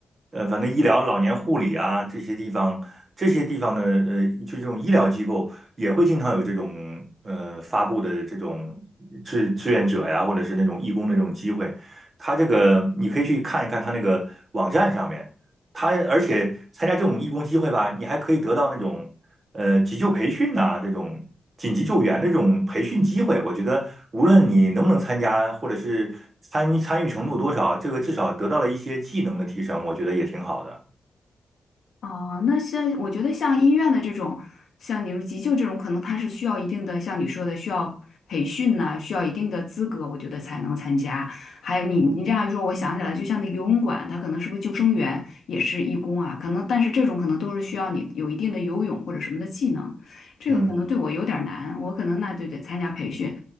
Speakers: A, on the right; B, on the left.
A: 呃，反正医疗、老年护理啊这些地方，这些地方的呃，就这种医疗机构也会经常有这种呃发布的这种志志愿者呀，或者是那种义工的这种机会，他这个你可以去看一看他那个网站上面。他而且参加这种义工机会吧，你还可以得到那种呃急救培训呐、这种紧急救援的这种培训机会，我觉得无论你能不能参加，或者是参参与程度多少，这个至少得到了一些技能的提升，我觉得也挺好的。
B: 哦，那像我觉得像医院的这种，像你说急救这种，可能它是需要一定的，像你说的需要培训呐、需要一定的资格，我觉得才能参加。还有你你这样一说，
A: 嗯，
B: 我想起来，就像那个游泳馆，它可能是不是救生员也是义工啊？可能，但是这种可能都是需要你有一定的游泳或者什么的技能，这个可能对我有点儿难，
A: 嗯，
B: 我可能那就得参加培训。